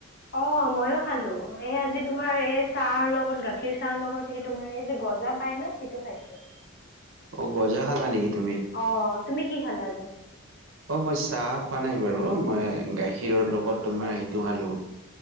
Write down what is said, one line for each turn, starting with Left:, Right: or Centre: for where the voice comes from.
Left: অ ময়ো খালো। এই আজি তোমাৰ এই চাহৰ লগত গাখীৰ চাহৰ লগত হে তোমাৰ এইযে গজাত পাই ন সেইটো খাইছোঁ।
Right: অ গজা খালা নেকি তুমি?
Left: অ তুমি কি খালা? আজি?
Right: অ মই চাহ খোৱা নাই বাৰু, মই গাখীৰৰ লগত তোমাৰ সেইটো খালো